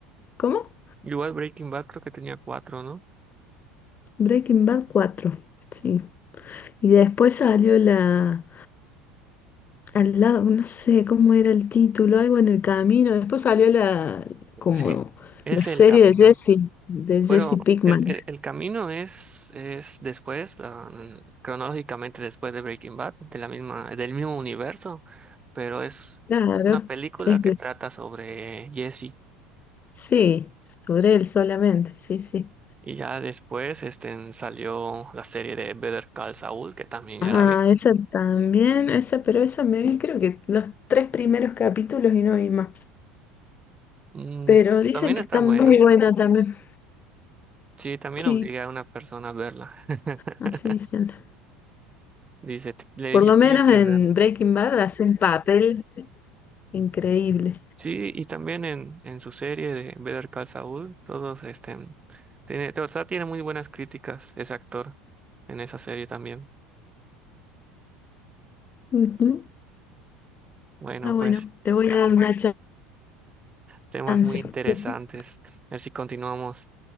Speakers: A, on the left; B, on the right.
A: ¿cómo?
B: Igual Breaking Bad creo que tenía cuatro, ¿no?
A: Breaking Bad 4. sí. Y después salió la... Al lado, no sé cómo era el título, algo en el camino. Después salió la, como
B: Sí, es
A: la serie
B: el camino.
A: de Jesse, de Jesse
B: Bueno,
A: Pinkman.
B: el, el- el camino es, es después, ah, mm, cronológicamente después de Breaking Bad, de la misma, del mismo universo, pero es
A: Claro,
B: una película
A: es
B: que
A: de-
B: trata sobre Jesse.
A: sí, sobre él solamente, sí, sí.
B: Y ya después este, salió la serie de Better Call Saul, que también
A: Ah,
B: ya la vi.
A: esa también, esa, pero esa me vi creo que los tres primeros capítulos y no vi más.
B: Mm,
A: Pero
B: pues,
A: dicen
B: también
A: que
B: está
A: está
B: buena.
A: muy buena también.
B: Sí, también
A: Sí,
B: obliga a una persona a verla. <laughs>
A: así dicen.
B: Dice, t- le dije,
A: Por lo
B: tienes
A: menos
B: que
A: en
B: verlo
A: Breaking Bad hace un papel increíble.
B: Sí, y también en, en su serie de Better Call Saul, todos este, tiene, o sea, tiene muy buenas críticas ese actor en esa serie también.
A: Ujú.
B: Bueno,
A: Ah, bueno,
B: pues
A: te voy
B: ah,
A: a dar una
B: temas
A: chance.
B: muy interesantes.
A: <laughs>
B: A ver si continuamos